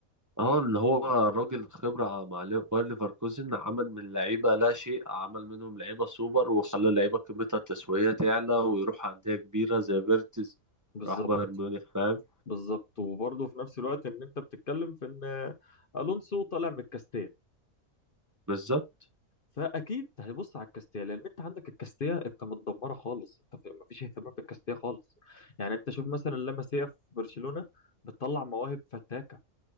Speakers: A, on the right (about 15°); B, on the left (about 45°).
A: اه اللي هو الراجل خبرة مع لي- باير ليفركوزن عمل من لعيبة لا شيء عمل منهم لعيبة سوبر وخلى اللعيبة قيمتها التسويقية تعلى ويروح أندية كبيرة زي فيرتز
B: بالظبط
A: راح بايرن ميونخ فاهم
B: بالظبط وبرضه في نفس الوقت ان انت بتتكلم في ان الونسو طالع من الكاستيه
A: بالظبط
B: فاكيد هيبص على الكاستيه لان انت عندك الكاستيه انت متدمره خالص انت في- مفيش اهتمام بالكاستيه خالص يعني انت شوف مثلا لاماسيا في برشلونه بتطلع مواهب فتاكه